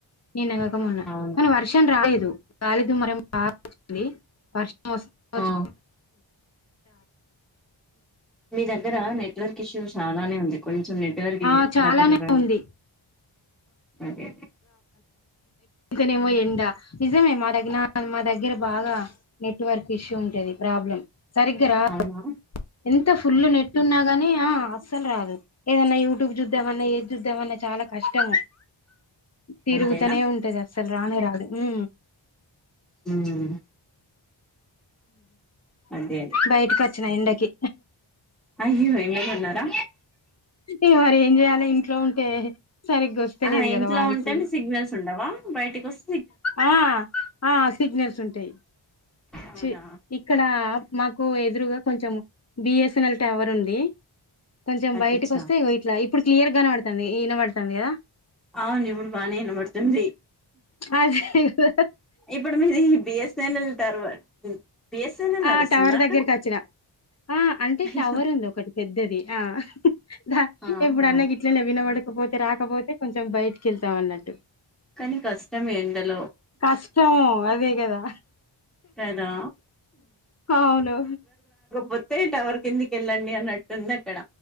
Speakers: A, on the left; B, in the centre.
A: నిన్న కాక మొన్న
B: అవును
A: కానీ వర్షం రాలేదు రాలేదు మర బాంది వర్ష స్త వచ్
B: ఆ మీ దగ్గర నెట్వర్క్ ఇష్యూ చాలానే ఉంది కొంచెం నెట్వర్క్
A: ఆ చాలానే
B: దగ్గర రాడి
A: ఉంది
B: అదే అ
A: ఇంతనేమో ఎండ నిజమే మా దగ్గర మా దగ్గర బాగా నెట్వర్క్ ఇష్యూ ఉంటది ప్రాబ్లం సరిగ్గా రా
B: అవునా
A: ఎంత ఫుల్ నెట్ ఉన్నాగాని ఆ అస్సలు రాదు ఏదన్నా యూట్యూబ్ చూద్దామన్నా ఏది చూద్దామన్నా చాలా కష్టం తిరుగుతనే
B: అంతేనా
A: ఉంటది అస్సలు రానే రాదు ఊ
B: ఉమ్ అదే అదే
A: బయటకి వచ్చిన ఎండకి
B: అయ్యో ఎండలో ఉన్నారా
A: ఇగ మరి ఏం జేయాల ఇంట్లో ఉంటే సరిగ్గా ఒస్తలేదు
B: ఆ ఇంట్లో
A: కదా వాయిసు
B: ఉంటేనే సిగ్నల్స్ ఉండవా బయటికి వస్
A: ఆ ఆ సిగ్నల్స్ ఉంటయ్
B: అవునా
A: ఛీ ఇక్కడ మాకు ఎదురుగా కొంచెం బిఎస్ఎన్ఎల్ టవర్ ఉంది కొంచెం
B: అచ్చచ్చ
A: బయటకు వస్తే ఇట్లా ఇప్పుడు క్లియర్ కనపదతంది ఈయన సమీరా
B: అవును ఇప్పుడు బానే వినబడుతుంది
A: అదే కదా
B: ఇప్పుడు మీరు బిఎస్ఎన్ఎల్ తర్వా బిఎస్ఎన్ఎల్ నడుస్తుందా
A: ఆ టవర్
B: అక్కడ
A: దగ్గరికి వచ్చిన ఆ అంటే
B: అయ్యో
A: టవర్ ఉంది ఒకటి పెద్దది ఆ ద
B: ఆహా
A: ఇప్పుడన్నా గిట్లనే వినబాడ కాకపోతే రాకపోతే కొంచెం బయటికెళ్తాం అన్నట్టు
B: కానీ కష్టం ఎండలో
A: కష్టము అదే కదా
B: కదా
A: అవును
B: వొతే టవర్ కిందికి వెళ్ళండి అన్నట్టుంది క్కడ